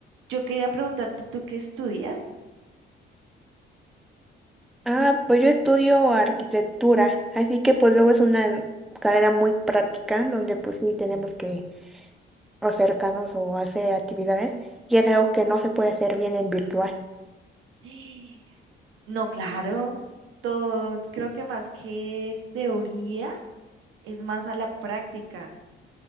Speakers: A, on the right; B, in the centre.
A: yo quería preguntarte, ¿tú qué estudias?
B: Ah, pues yo estudio arquitectura, así que pues luego es una carrera muy práctica donde pues sí tenemos que acercarnos o hacer actividades y es algo que no se puede hacer bien en virtual.
A: <gasps> No, claro, todo, creo que más que teoría es más a la práctica.